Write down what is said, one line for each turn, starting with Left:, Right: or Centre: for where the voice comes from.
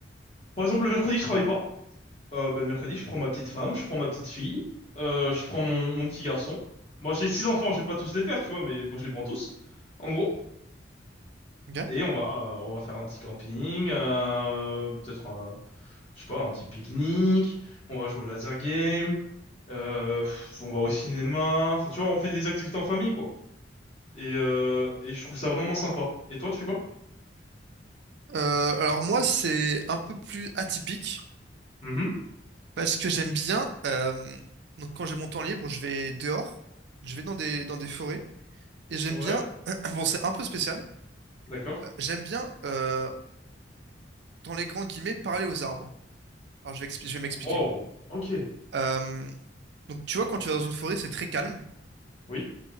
Left: par exemple le mercredi je travaille pas. Euh, bah, le mercredi je prends ma petite femme, je prends ma petite fille, euh, je prends mon, mon petit garçon. Moi j'ai six enfants, je vais pas tous les faire tu vois mais moi je les prends tous en gros.
Right: Ok.
Left: Et on va euh, on va faire un petit camping, euh, peut-être euh, je sais pas un petit pique-nique, on va jouer au laser game, euh, pff, on va au cinéma. Enfin tu vois on fait des activités en famille quoi. Et, euh, et je trouve ça vraiment sympa. Et toi, tu fais quoi?
Right: Euh, alors moi, c'est un peu plus atypique.
Left: Mhm.
Right: Parce que j'aime bien, euh, donc quand j'ai mon temps libre, je vais dehors, je vais dans des, dans des forêts, et j'aime
Left: Ouais,
Right: bien, <clears throat> bon c'est un peu spécial,
Left: d'accord.
Right: euh, j'aime bien, euh, dans les grands guillemets, parler aux arbres. Alors je vais, expli- je vais m'expliquer.
Left: Wow. Ok.
Right: Euh, donc tu vois, quand tu vas dans une forêt, c'est très calme,
Left: Oui.